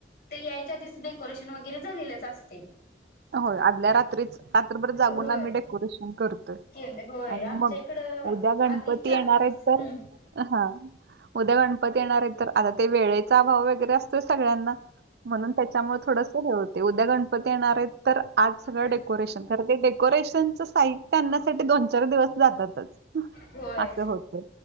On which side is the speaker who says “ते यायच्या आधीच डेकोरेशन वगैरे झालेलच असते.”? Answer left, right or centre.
Left